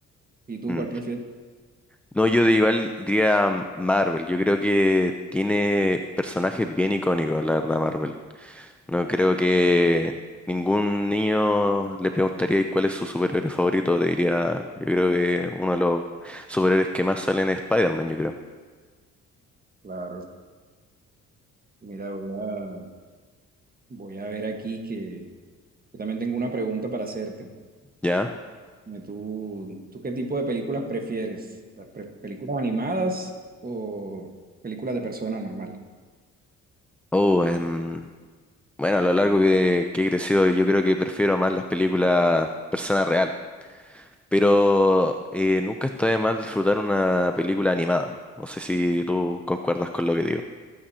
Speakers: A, on the right (about 30°); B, in the centre.
A: ¿Y tú
B: Mm.
A: cuál prefieres?
B: No, yo de igual diría mm, Marvel. Yo creo que tiene personajes bien icónicos, la verdad, Marvel. No creo que ningún niño le preguntaría "¿Y cuál es su superhéroe favorito. Te diría, yo creo que uno de los superhéroes que más salen es Spider-Man, yo creo.
A: Claro. Mira, voy a, voy a ver aquí que yo también tengo una pregunta para hacerte.
B: ¿Ya?
A: Dime ¿Tú, tú qué tipo de películas prefieres? ¿Las pre- películas animadas o películas de persona normal?
B: Oh, em, bueno, a lo largo que, que he crecido, yo creo que prefiero más las películas persona real. Pero eh, nunca está de más disfrutar una película animada. No sé si tú concuerdas con lo que digo.